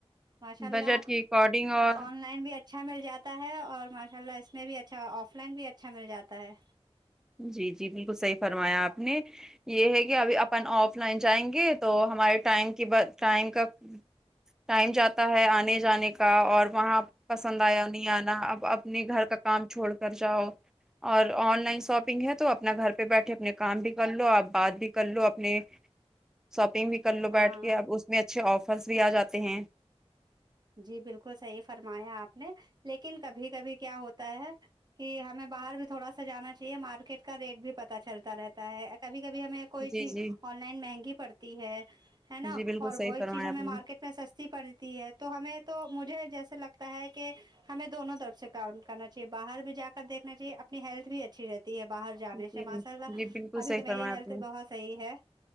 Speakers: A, on the right; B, in the centre.
A: ماشاء اللہ
B: بجٹ کے اکارڈنگ اور
A: آن لائن بھی اچھا مل جاتا ہے اور ماشاء اللہ اس میں بھی اچھا آف لائن بھی اچھا مل جاتا ہے
B: جی جی بالکل صحیح فرمایا آپ نے یہ ہے کہ ابھی اپن آف لائن جائیں گے تو ہمارے ٹائم کی ٹائم کا ٹائم جاتا ہے آنے جانے کا اور وہاں پسند آیا نہیں آنا اب اپنے گھر کا کام چھوڑ کر جاؤ اور آن لائن شاپ پنگ ہے تو اپنا گھر پہ بیٹھے اپنے کام بھی کر لو آپ بات بھی کر لو اپنے شاپنگ بھی کر لو
A: ہاں
B: بیٹھ کے اب اس میں اچھے آفرس بھی آ جاتے ہیں
A: جی بالکل صحیح فرمایا آپ نے لیکن کبھی کبھی کیا ہوتا ہے کہ ہمیں باہر بھی تھوڑا سا جانا چاہیے مارکیٹ کا ریٹ بھی پتتا چلتا رہتا ہے کبھی کبھی ہمیں کوئی
B: جی
A: چیز
B: جی
A: آن لائن مہنگی پڑتی ہے ہے نا
B: جی بالکل
A: اور
B: صحیح
A: وہی
B: فرمایا
A: چیز ہمیں
B: آپ نے
A: مارکیٹ پر سستی پڑتی ہے تو ہمیں تو مجھے جیسے لگتا ہے کہ ہمیں دونوں طرف سے کام کرنا چاہیے باہر بھی جا کر دھنا چاہیے اپنی ہیلتھ بھی اچھی رہتی باہر جانے
B: جی
A: سے ماشاء اللہ
B: جی بالکل
A: ابھی
B: صحیح
A: تو
B: فرمایا
A: میری ہیلتھ
B: آپ نے
A: بہت صحیح ہے